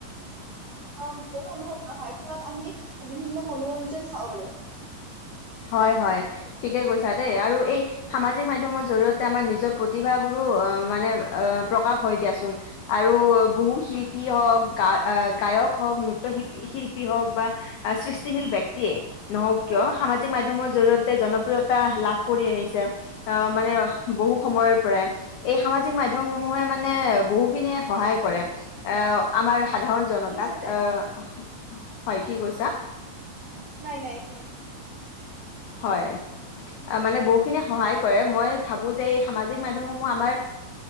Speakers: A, on the right (about 70°); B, on the left (about 85°).
A: উম বোৰো অনুভৱ নহয় ফলত আমি বিভিন্ন মনোৰঞ্জন চাওঁ পাৰো।
B: হয় হয় ঠিকেই কৈছা দেই, আৰু এই সামাজিক মাধ্যমৰ জৰিয়তে আমাৰ নিজৰ প্ৰতিভাবোৰো আ মানে আ প্ৰকাশ হয় দিয়াচোন আৰু বহু শিল্পী হওক গা গায়ক হওক নৃত্য শিল শিল্পী হওক বা সৃষ্টিশীল ব্যক্তিয়ে নহওঁক কিয় সামাজিক মাধ্যমৰ জৰিয়তে জনপ্ৰিয়তা লাভ কৰি আহিছে আ মানে বহু সময়ৰ পৰাই এই সামাজিক মাধ্যম সমূহে মানে বহুখিনিয়ে সহায় কৰে। আ আমাৰ সাধাৰণ জনতাক।
A: শুনিছানে?
B: অ' হয় কি কৈছা?
A: নাই নাই একো নাই।
B: হয়, মানে বহুখিনি সহায় কৰে, মই ভাবো যে এই সামাজিক মাধ্যমসমূহ আমাৰ